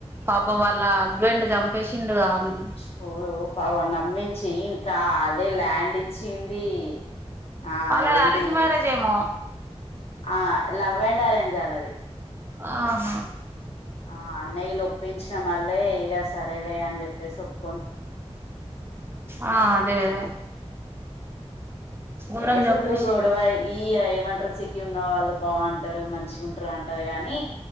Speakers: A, on the right (about 20°); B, on the left (about 60°).
A: పాపం వాళ్ళ హస్బెండ్ చంపేసి చిండు కావ మని
B: చూడు పాపం నమ్మించి ఇంకా అదే ల్యాండ్ ఇచ్చింది ఆ
A: వాళ్ళది
B: ఏంటి
A: అరేంజ్ మ్యారేజ్ ఎమో
B: ఆ లవ్ అండ్ ఆరెంజ్ అల్లాది
A: ఆహ
B: ఆ అన్నయ్యలు ఒప్పించిన మల్లే ఇగ సరేలే అని చెప్పేసి ఒప్పు
A: ఆ అదే అదే ఘోరం
B: ఏ ఫుల్
A: చంపేసిండు
B: గోడవ అయి ఇయ ఏమంటరు సిటీ ఉన్న వాళ్ళు బాగుంటారు మంచి ఉంటారు అంటారు కని